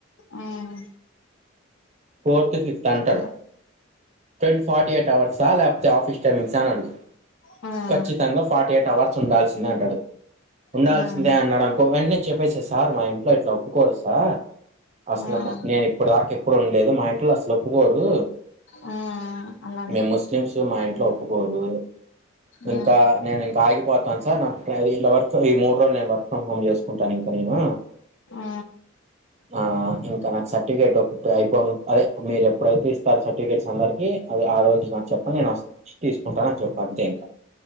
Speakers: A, on the left (about 70°); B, on the right (about 30°).
A: మ్మ్
B: ఫోర్త్ ఫోర్త్ ఫిఫ్త్ అంటాడు
A: సరే
B: ట్వెంట్ ఫార్టీ ఎయిట్ అవర్స్ సాల ఆప్ ఆఫిస్ టైమింగ్సాఅని అడుగు
A: మ్మ్
B: ఖచ్చితంగా ఫార్టీ ఎయిట్ అవర్స్ ఉండాల్సిందే అంటడు ఉండాల్సిందే
A: మ్మ్
B: అన్నాడనుకో వెంటనే చెప్పేసే సార్ మా ఇంట్లో ఇట్లా ఒప్పుకోరు సార్ అసలమ్మా
A: మ్మ్
B: నేను ఇప్పుడు రాకే ఎప్పుడు ఉండలేదు మా ఇంట్లో అసలోప్పుకోరు
A: ఆ అలాగే
B: మేము ముస్లిమ్స్ మా ఇంట్లో ఒప్పుకోరు
A: ఆ
B: ఇంకా నేను ఇంకా ఆగిపోతాను సార్ నాకి అవర్స్ సో ఈ మూడు రోజులు నేనువర్క్ ఫ్రమ్ హోమ్ చేసుకుంటాను ఇంక నేను
A: ఆ
B: ఆ ఆ ఇంకా నాకు సర్టిఫికేట్ ఒకటే అయిపోతే అదే మీరు ఎప్పుడైతే ఇస్తారో సర్టిఫికేట్స్ అందరి కి అది ఆ రోజు నాకు చెప్పండి నేను వచ్చి తీసుకుంటానని చెప్పాను. అంతే ఇంకా